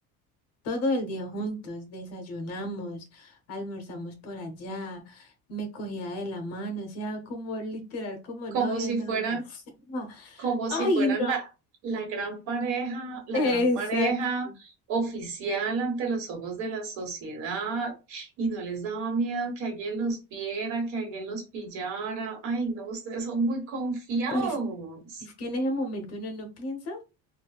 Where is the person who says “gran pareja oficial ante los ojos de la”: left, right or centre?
Right